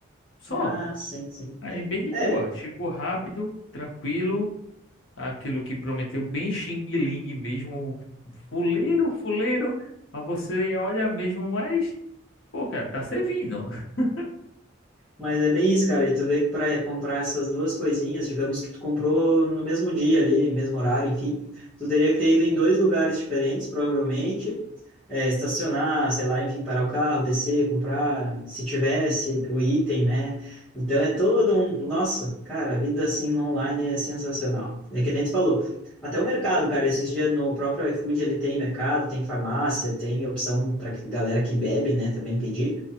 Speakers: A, on the left (about 75°); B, in the centre.
A: Só.
B: ah, sim, sim.
A: Aí bem de
B: É,
A: boa. Chegou rápido, tranquilo, aquilo que prometeu, bem Xing Ling mesmo, fuleiro, fuleiro. Mas você olha mesmo, mas, pô, cara, tá servindo. <laughs>
B: Mas é bem isso, cara. E tu vê que para comprar essas duas coisinhas, digamos que tu comprou no mesmo dia ali, mesmo horário, enfim, tu teria que ter ido em dois lugares diferentes, provavelmente, é, estacionar, sei lá, enfim, parar o carro, descer, comprar, se tivesse o item, né? Então é todo um. Nossa, cara, a vida assim no online é sensacional. É que nem tu falou. Até o mercado, cara, esses dias no próprio iFood ele tem mercado, tem farmácia, tem opção para galera que bebe, né, também pedir.